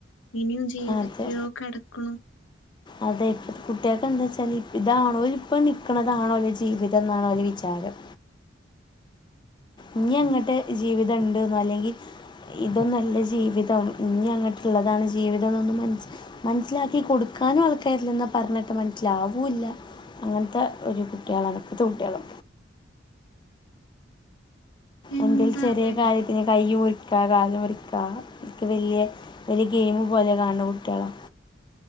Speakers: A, on the left (about 80°); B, on the left (about 25°).
A: ഇനിയും ജീവിതം
B: അതെ
A: എത്രയോ കടക്ക്ണോ
B: അതെ ഇപ്പത്തെ കുട്ടികൾക്കെന്താ വച്ചാല് ഇതാണോ ഓര് ഇപ്പ നിക്ക്ണതാണോ ജീവിതം ക്കുന്നതാണോ ജീവിതം എന്നാണോ ഓരെ വിചാരം ഇഞ്ഞി അങ്ങട്ട്
A: എ
B: ജീവിതം ഇണ്ട്ന്നോ അല്ലെങ്കി ഇതൊന്നുഅല്ല ജീവിതം ഇനി അങ്ങോട്ടുള്ളതാണ് ജീവിതം എന്നൊന്ന് മ മനസ്സിലാക്കി കൊടു ക്കാനും ആൾക്കാരില്ലാന്നാ പർഞ്ഞാട്ടാ മനസ്സിലാവൂല്ല അങ്ങൻത്തെ ഒരു കുട്ട്യാളാണ് ഇപ്പത്തെ കുട്ട്യാള്
A: എന്താല്ലേ
B: എന്തേലും ചെറിയ കാര്യത്തിന് കയ്യ് മുറി ക്കാ കാല് മുറിക്കാ എനിക്ക് വല്ല്യ ഒരു ഗെയിമ് പോലെ കാൺണ്ണ് കുട്ട്യാളെ